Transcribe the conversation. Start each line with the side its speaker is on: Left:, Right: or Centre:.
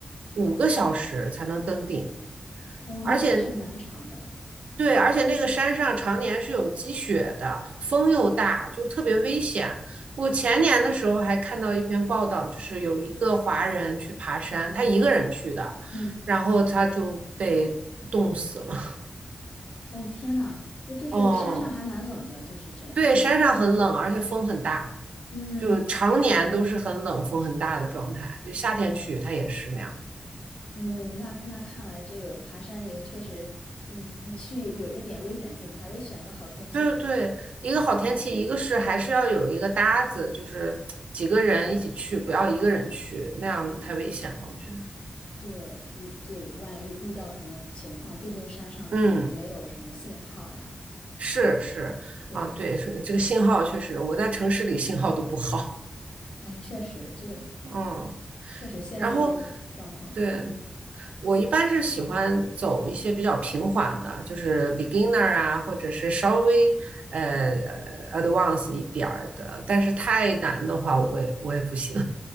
Right: 五个小时才能登顶，
Left: 哦，
Right: 而且
Left: 那还是蛮长的。
Right: 对，而且那个山上常年是有积雪的，风又大，就特别危险。我前年的时候还看到一篇报道，就是有一个华人去爬山，他一个人去的，
Left: 嗯，
Right: 然后他就被冻死了。
Left: 哦，天呐，就就是山上还蛮冷的，
Right: 哦，
Left: 就是这样。
Right: 对，山上很冷，而且风很大，
Left: 嗯。
Right: 就常年都是很冷、风很大的状态。就夏天去，它也是那样。
Left: 嗯，那那看来这个爬山也确实你你是有有一点危险性的，还得选个好天气去。
Right: 对对，一个好天气，一个是还是要有一个搭子，就是几个人一起去，不要一个人去，那样太危险了，我觉得。
Left: 对，遇对，万一遇到什么情况，毕竟山上可能没有什么信号呀。
Right: 嗯，是是啊，
Left: 对，
Right: 对，是这个信号确实，我在城市里信号都不好。
Left: 哎，确实，就
Right: 嗯，
Left: 确实现在这个状况，
Right: 然后对，
Left: 嗯，
Right: 我一般是喜欢走一些比较平缓的，就是 beginner 啊，或者是稍微呃呃 advanced 一点儿的，但是太难的话，我也我也不行。